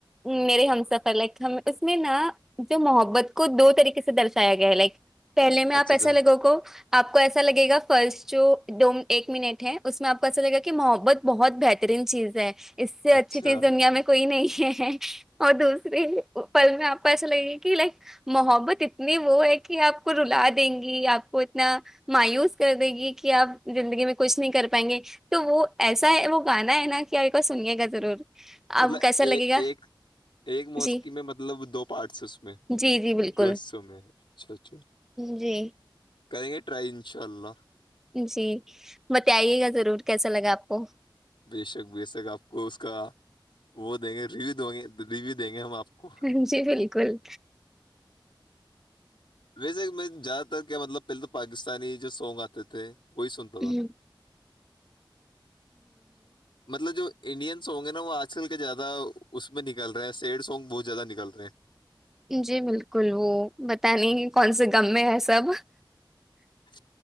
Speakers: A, in the centre; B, on the left (about 70°).
A: میرے ہم سفر لائک ہم اس میں نا جو محبت کو دو طریقے سے درشایا گیا ہے لائک پہلے میں آپ
B: اچھا
A: ایسا
B: اچھا
A: لگو گو ایسا لگے گا فرسٹ جو دو ایک منٹ ہے اس میں آپ کو ایسا لگےا کہ محبت بہت بہترین چیز ہے اس سے اچھی
B: اچھا
A: چیز دنیا میں کوئی نہیں ہے اورہت دور پل میں آپ کو ایسا لگے گا کہ لائک محبت اتنی وہ ہے کہ آپ کو رلا دیں گی آپ کو نہ مایوس کر دے گی کہ آپ زندگی میں کچھ نہیں کر پائیں گے تو وہ ایسا ہے وہ گانا ہے نا کہ آپ کو سنیے گا ضرور آپ
B: مطلب
A: کو کیسا لگے
B: ایک
A: گا
B: ایک ایک موسیقی
A: جی
B: میں مطلب دو پارٹس ہیں اس میں
A: جی جی بالکل
B: دو حصوں میں اچھا اچھا
A: جی
B: کرے گے ٹری انشاء اللہ
A: جی بتائیے گا ضرور کیسا لگا آپ کو
B: بےشک بشک آپ کو اس کا وہ دیں گے ریویو د گے ریویو دیں گے ہم آپ کو
A: جی بالکل
B: ویسے میں زیادہ تر کیا مطلب پہلے تو پاکستانی جو سونگ آتے تھے وہی سن تا
A: ہ
B: تھا مطلب جو انڈین ہونگے نہ وہ آج کل زیادہ اس میں نکل رہے ہیں سیڈ سونگ بہت زیادہ نکل رہے ہیں
A: جی بالکل وہ بت نہیںے کون سے دم میں ہے سب
B: ہیں